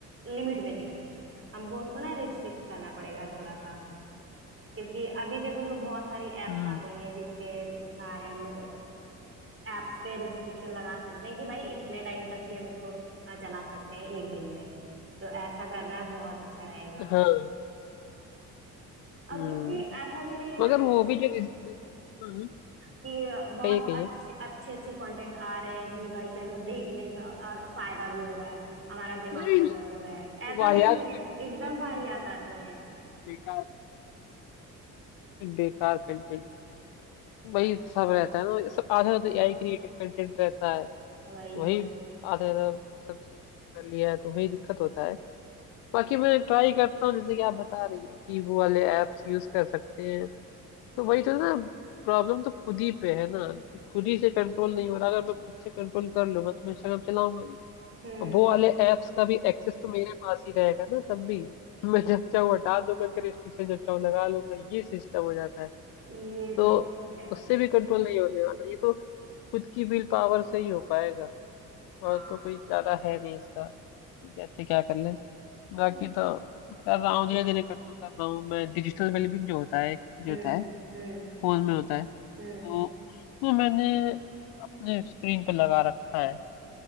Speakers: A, on the right (about 30°); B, on the left (about 55°).
A: लिमिट में देखें हमको उसको ना रिस्ट्रिक्ट करना पड़ेगा थोड़ा सा
B: हम्म
A: क्योंकि अभी देखो तो बहुत सारी एप्स
B: हम्म,
A: आ गई हैं जिसके सहारे हम एप्स पे रिस्ट्रिक्शन लगा सकते हैं कि भाई इतने टाइम तक ही हम इसको अ, चला सकते हैं एक दिन में तो ऐसा करना बहुत अच्छा रहेगा
B: हाँ
A: और
B: हम्म
A: क्योंकि ऐसा भी नहीं है
B: मगर
A: ना कि
B: वो भी जो जिस- हम्म
A: कि बहुत
B: कहिए कहिए
A: अच्छे अच्छे अच्छे कंटेंट आ रहे हैं कि भाई चलो देखने का और फायदा भी हो रहा है हमारा दिमाग
B: नहीं
A: डेवलप
B: नहीं
A: हो रहा है ऐसा
B: वाहियात
A: भी नहीं है
B: कंटेंट
A: एकदम
B: सब
A: वाहियात आते हैं
B: बेकार बेकार कंटेंट वही
A: भाई
B: सब रहता है ना सब आधा तो एआई क्रिएटेड कंटेंट रहता है
A: वही
B: वही
A: तो
B: आधा आधा सब चीज कर लिया है तो वही दिक्कत होता है बाकी मैं ट्राई करता हूँ जैसे कि आप बता रही हैं कि वो वाले एप्स यूज कर सकते हैं तो वही तो ना प्रॉब्लम तो खुद ही पे है ना कि खुद ही से कंट्रोल नहीं हो रहा अगर मैं खुद से कंट्रोल कर लूंगा तो मैं इंस्टाग्राम चलाऊंगा नहीं
A: हम्म
B: और वो वाले एप्स का भी एक्सेस तो मेरे पास ही रहेगा ना तब भी मैं जब चाहूँ हटा दूंगा उनका रिस्ट्रिक्शन जब चाहूँ लगा लूंगा ये सिस्टम हो जाता है
A: ये
B: तो
A: तो है
B: उससे भी कंट्रोल नहीं होने वाला ये तो खुद की विल पावर से ही हो पाएगा
A: हाँ
B: और तो कोई चारा है नहीं इसका कि कैसे क्या कर ले बाकी
A: कुछ
B: तो कर रहा हूँ धीरे धीरे कंट्रोल कर रहा हूँ मैं डिजिटल वेलबींग जो होता है एक चीज
A: हम्म
B: होता है
A: हम्म
B: फोन में होता है
A: हम्म
B: तो उसको मैंने अपने स्क्रीन पे लगा रखा है